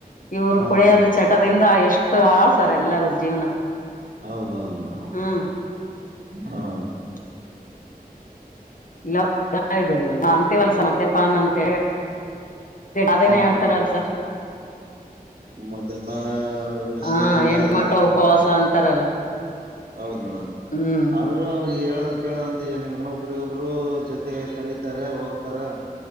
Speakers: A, on the left; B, on the right.
A: ಇವ್ರು
B: ಹ ಹಾ
A: ಕುಡಿಯದ ಚಟದಿಂದ ಎಷ್ಟು ಆಳ್ಸಾರ ಎಲ್ಲಾರ ಜೀವನ
B: ಹೌದೌದು ಮೇಡ್
A: ಹ್ಮ್
B: ಹಾ
A: <inaudible> ಇಲ್ಲ ಅಂತವಲ್ಸ ಮ್ಯಾ ಪ್ಪನ್ ಅಂತ ಅದೇನೆ
B: ಹಾ
A: ಹೇಳ್ತಾರಲ್ಸ
B: ಮದ್ಯಪಾನ ವ್ಯಸನದಿಂದ
A: ಹ ಹೆಣ್ತ್
B: ಇದೆ
A: ಮಕ್ಳ
B: ಅಂತನಂತ
A: ಉಪವಾಸ ಅಂತಾರಲ್ಲ
B: ಹೌದು ಮೇಡಮ್
A: ಹ್ಮ್
B: ಆದ ಅರು ಅವ್ರಿಗೆ ಹೇಳದ ಕೇಳದ ಅಂತ ಏನುಡ ಒಬ್ರಗೊಬ್ರು ಜೊತೆ ಕಲಿತಾರೆ ಹೋಗ್ತಾರೆ